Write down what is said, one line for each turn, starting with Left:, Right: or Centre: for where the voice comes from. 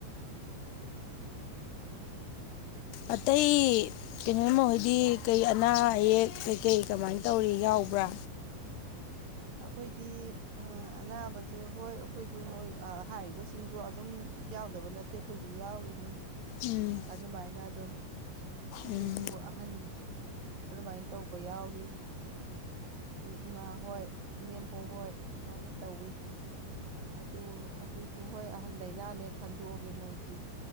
Left: ꯑꯇꯩ ꯀꯩꯅꯣꯃꯣꯏꯗꯤ ꯀꯩ ꯑꯅꯥ ꯑꯌꯦꯛ ꯀꯩꯀꯩ ꯀꯃꯥꯏꯅ ꯇꯧꯔꯤ ꯌꯥꯎꯕ꯭ꯔꯥ
Right: ꯑꯩꯈꯣꯏꯗꯤ ꯑꯅꯥꯕꯁꯦ ꯍꯣꯏ ꯑꯩꯈꯣꯏꯁꯨ ꯅꯣꯏ ꯍꯥꯏꯔꯤꯕꯁꯤꯡꯗꯣ ꯑꯗꯨꯝ ꯌꯥꯎꯗꯕ ꯅꯠꯇꯦ ꯑꯩꯈꯣꯏꯖꯨ ꯌꯥꯎꯔꯤꯅꯤ
Left: ꯎꯝ
Right: ꯑꯗꯨꯃꯥꯏꯅ ꯑꯗꯨꯝ꯫ ꯑꯩꯈꯣꯏꯖꯨ
Left: ꯎꯝ
Right: ꯑꯍꯟ ꯑꯗꯨꯃꯥꯏꯅ ꯇꯧꯕ ꯌꯥꯎꯔꯤ ꯑꯩꯈꯣꯏ ꯏꯃꯥ ꯍꯣꯏ ꯏꯅꯦꯝꯄꯣꯛ ꯍꯣꯏ ꯑꯗꯨꯃꯥꯏꯅ ꯇꯧꯋꯤ꯫ ꯑꯗꯨ ꯑꯗꯨꯁꯨ ꯍꯣꯏ ꯑꯍꯟ ꯂꯩꯥꯏꯅꯥꯅꯦ ꯈꯟꯗꯣꯛꯑꯒꯦ ꯃꯣꯏꯗꯤ